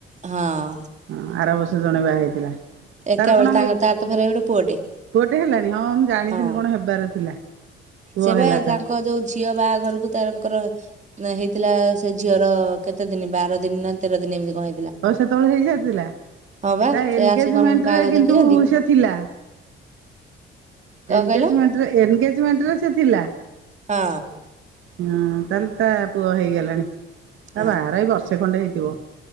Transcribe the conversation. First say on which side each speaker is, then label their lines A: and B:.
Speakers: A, on the right; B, on the right.
A: ହଁ
B: ହଁ ଆର ବର୍ଷ ଜଣେ ବାହା ହେଇଥିଲା। ହେଇ
A: ଏକାବେଳେ
B: ତାର କଣ
A: ତାଙ୍କର ତାର ତ ଫେରେ ଗୋଟେ ପୁଅଟେ
B: ପୁଅଟେ ହେଲାଣି ହଁ ମୁଁ ଜାଣିଥିଲି
A: ହଁ
B: କଣ ହେବାର ଥିଲା ପୁଅ
A: ସେ
B: ହେଲା
A: ବା
B: ତାର।
A: ତାଙ୍କ ଯୋଉ ଝିଅ ବାହାଘରକୁ ତାର ତାଙ୍କର ନା ହେଇଥିଲା ସେ ଝିଅର କେତେ ଦିନି ବାର ଦିନି ନା ତେର ଦିନି ଏମିତି କଣ ହେଇଥିଲା।
B: ତୋର ସେତବେଳୁ ହେଇଯାଇଥିଲା?
A: ହଁ ବା
B: ତା
A: ସେ
B: ଏନଗେଜମେଣ୍ଟରେ
A: ଆସି କଣ ବାହାଘର
B: କିନ୍ତୁ
A: ଦେଖିଛନ୍ତି
B: ସେ ଥିଲା।
A: କଣ
B: ଏନ୍ଗେଜମେଣ୍ଟ
A: କହିଲ
B: ଏନ୍ଗେଜମେଣ୍ଟରେ ସେ ଥିଲା।
A: ହଁ।
B: ହୁଁ ତାହେଲେ ତା ପୁଅ ହେଇଗଲାଣି।
A: ହଁ।
B: ତା ବାହାଘର ଏଇ ବର୍ଷେ ଖଣ୍ଡେ ହେଇଥିବ।